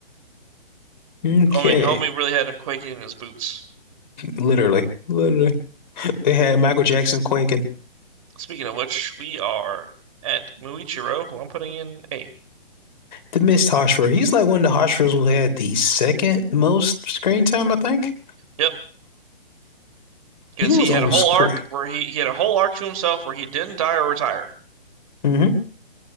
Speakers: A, on the left; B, on the right.
A: Okay,
B: Homie, homie really had him quaking in his boots.
A: literally, literally, they had Michael Jackson quaking.
B: Speaking of which, we are at Muichiro, who I'm putting in A.
A: The missed Hashira. He's like one of the Hashiras who had the second most screen time, I think.
B: Yep, because
A: He was
B: he
A: on
B: had a whole
A: screen.
B: arc where he he had a whole arc to himself where he didn't die or retire.
A: Mm-hmm.